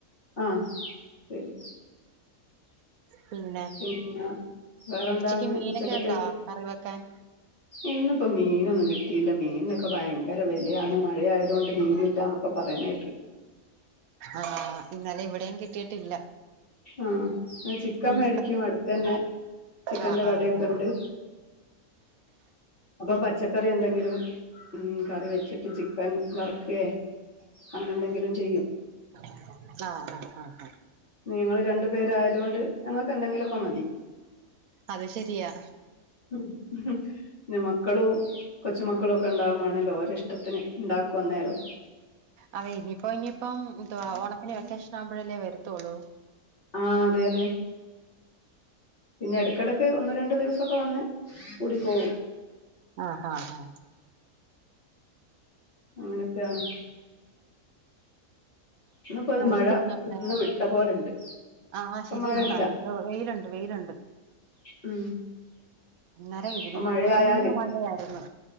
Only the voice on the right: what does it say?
പിന്നെ
ഉച്ചക്ക് മീനൊക്കെ
ഉണ്ടോ കറി വെക്കാൻ
ആഹ് ഇന്നലെ ഇവിടെയും കിട്ടിയിട്ടില്ല.
ഉം
ആഹ്
ആഹ് ആഹ്
ആഹ് ആഹ് ആഹ് ആഹ്
അത് ശരിയാ.
അതെ ഇനിയിപ്പം ഇനിയിപ്പം എന്തുവ ഓണത്തിന് വെക്കേഷനാവുമ്പോഴല്ലേ വരത്തോള്ളൂ?
ആഹ് ആഹ് ആഹ്
ആഹ്
എനിക്കിന്ന് ഇവിടെ
ആഹ് ശരി
നല്ല വെയില്ണ്ട് വെയില്ണ്ട്
ഇന്നേലെ ഇത്
ലും
കൂടെങ്ങ് മഴയായിരുന്നു.